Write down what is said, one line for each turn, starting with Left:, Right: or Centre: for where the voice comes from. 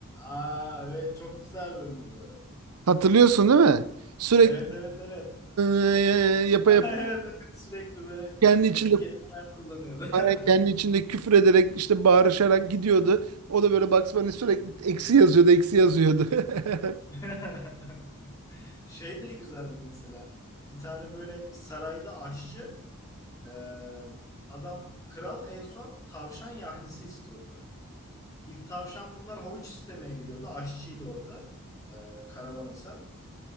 Left: Aa evet çok güzel bölümdü.
Right: Hatırlıyorsun değil mi? Sürekli
Left: Evet evet evet.
Right: <laughs> yapa
Left: <laughs>
Right: yapa
Left: Evet evet sürekli böyle
Right: kendi içinde
Left: kötü kelimeler kullanıyordu.
Right: <laughs>
Left: <laughs>
Right: kendi içinde küfür ederek işte bağırışarak gidiyordu. O da böyle Bugs Bunny sürekli eksi yazıyordu, eksi yazıyordu.
Left: <laughs>
Right: <laughs>
Left: Şey de güzeldi mesela. Bir tane böyle sarayda aşçı e, adam kral en son tavşan yahnisi istiyordu. İlk tavşan bunlar havuç istemeye geliyordu. Aşçıydı orada e, karavana sen.